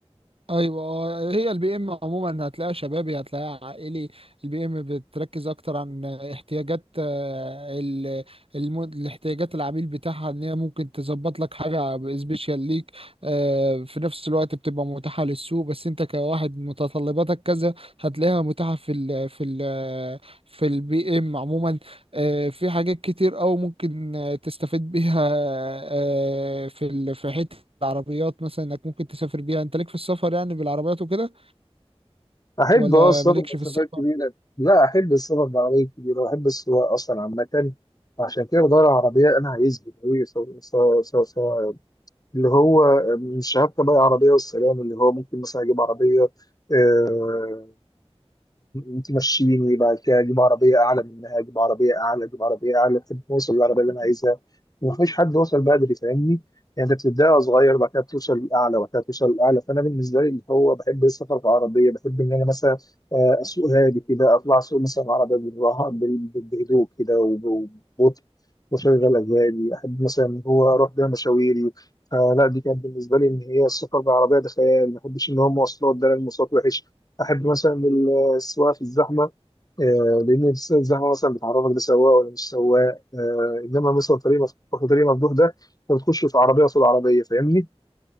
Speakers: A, on the right (about 60°); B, on the left (about 35°).
A: ايوه آه، هي البي ام عموما هتلاقيها شبابي هتلاقيها عائلي البي ام بتركز اكتر عن احتياجات آه، ال- الم- الاحتياجات العميل بتاعها ان هي ممكن تظبط لك حاجه سبيشال ليك آه، في نفس الوقت بتبقى متاحه للسوق بس انت كواحد متطلباتك كذا هتلاقيها متاحه في ال في ال في البي ام عموما آه، في حاجات كتير أوي ممكن آه، تستفيد بيها آه، في ال- في حتة العربيات مثلا انك ممكن تسافر بيها انت ليك في السفر يعني بالعربيات وكده
B: أحب
A: ولا
B: أه السفر
A: مالكش
B: مسافات
A: في السفر
B: كبيرة لا أحب السفر بعربية كبيرة وأحب السواقة أصلا عامة عشان كده بدور على عربية أنا هيثبت أوي سواء سواء سواء سواء اللي هو آه، مش هبقى بقى عربية والسلام اللي هو ممكن مثلا أجيب عربية آه، انت مشيني بعد كده اجيب عربيه اعلى منها اجيب عربيه اعلى اجيب عربيه اعلى لحد ما اوصل للعربيه اللي انا عايزها ومفيش حد وصل بدري فاهمني يعني انت بتبدا صغير بعد كده توصل للاعلى وبعد كده توصل للاعلى فانا بالنسبه لي اللي هو بحب السفر بعربيه بحب ان انا مثلا آه، اسوق هادي كده اطلع اسوق مثلا عربيه بالراحه بال- بال- بهدوء كده وب- وببطء واشغل اغاني احب مثلا ان هو اروح بيها مشاويري فلا دي كانت بالنسبه لي ان هي السفر بالعربيه ده خيال ما بحبش ان هو مواصلات ده لأن المواصلات وحش احب مثلا السواقه في الزحمه آه، لان لسه الزحمه مثلا بتعرفك ده سواق ولا مش سواق آه، انما مثلا طريق مفتوح وطريق مفتوح ده انت بتخش في عربيه قصاد عربيه فاهمني